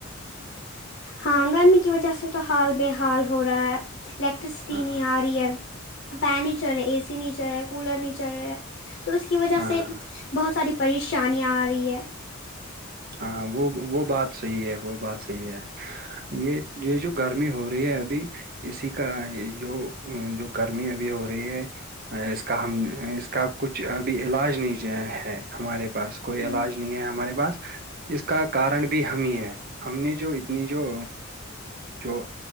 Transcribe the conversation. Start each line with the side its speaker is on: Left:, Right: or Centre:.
Left: ہاں گرمی کی وجہ سے تو حال بے حال ہو رہا ہے تو الیکٹرسٹی
Right: ہاں
Left: نہیں آ رہی ہے فین نہیں چل رہا اے سی نہیں چل رہا کولر نہیں چل رہے تو اس کی وجہ
Right: ہاں
Left: سے بہت ساری پریشانیاں آ رہی ہے
Right: ہاں وہ وہ بات صحیح ہے وہ بات صحیح ہے یہ یہ جو گرمی ہو رہی ہے ابھی اسی کا جو جو گرمی ابھی ہو رہی ہے اس کا ہم اس کا کچھ ابھی علاج نہیں ہے ہمارے پاس کوئی
Left: ہاں
Right: علاج نہیں ہے ہمارے پاس اس کا کارن بھی ہم ہی ہے ہم نے جو اتنی جو جو